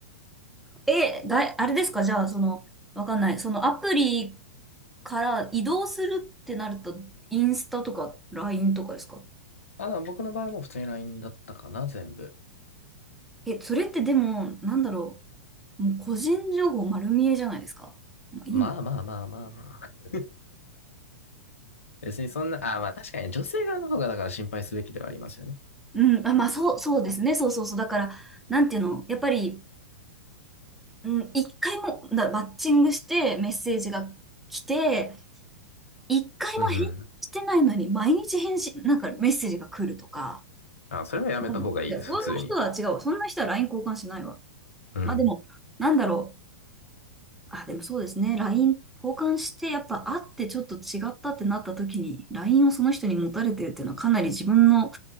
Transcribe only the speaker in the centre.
え、だい、あれですかじゃあ、その、わかんない。そのアプリから移動するってなると、インスタとか LINE とかですか
え、それってでも、なんだろう。もう個人情報丸見えじゃないですか。まあ、
いいの。
うん、あ、まあ、そう、そうですね。そうそうそう。だから、なんていうの、やっぱり、うん、一回も、なマッチングしてメッセージが来て、一回も返事してないのに、
毎日返信、なんかメッセージが来るとか、
うん、いやそんな人は違うわ。
そんな人は LINE 交換しないわ。
まあでも、なんだろう。あ、でもそうですね。LINE 交換して、やっぱ会ってちょっと違ったってなった時に、LINE をその人に持たれてるっていうのはかなり自分の、